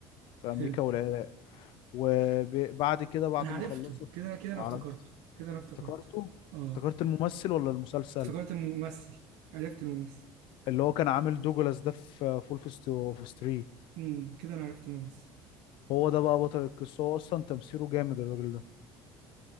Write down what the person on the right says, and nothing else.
حلو
انا عرفته
كده كده انا
افتكرته كده انا افتكرته
اه
افتكرت الممثل عرفت الممثل
امم كده انا عرفت الممثل